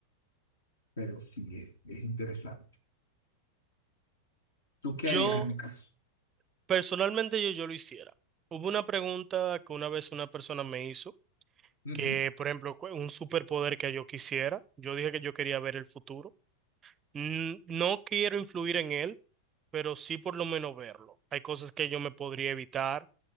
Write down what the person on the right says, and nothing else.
Yo,
personalmente, yo, yo lo hiciera. Hubo una pregunta que una vez una persona me hizo,
que, por ejemplo, cu- un superpoder que yo quisiera. Yo dije que yo quería ver el futuro. N- No quiero influir en él, pero sí por lo menos verlo. Hay cosas que yo me podría evitar.